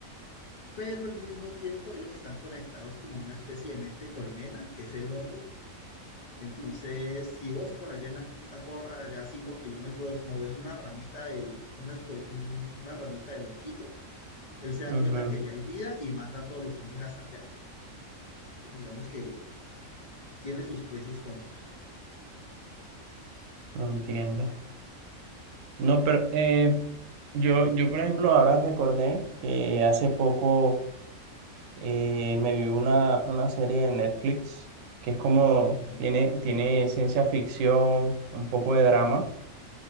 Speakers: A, on the left; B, on the right.
A: Pero al mismo tiempo ellos están conectados como a una especie de mente colmena, que es el hongo. Entonces, si vos por allá en la Quinta Porra, ya 5 kilómetros, moves una ramita del, una, espoli- un- una ramita del honguito, él se da
B: ujú,
A: cuenta que ya hay vida y manda a todos los zombies hasta allá. Entonces, digamos que tiene sus pros y sus contras.
B: no entiendo. No, pero eh, yo, yo, por ejemplo, ahora recordé que hace poco eh, me vi una, una serie de Netflix que es como,
A: Ujú.
B: tiene, tiene ciencia ficción, un poco de drama,